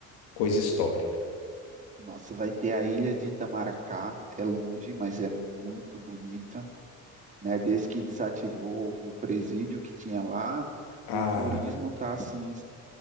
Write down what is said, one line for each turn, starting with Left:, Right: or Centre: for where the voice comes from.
Left: coisa histórica.
Right: Nossa, vai ter a Ilha de Itamaracá, é longe, mas é muito bonita. né? Desde que desativou o presídio que tinha lá,
Left: Ah,
Right: o turismo está assim,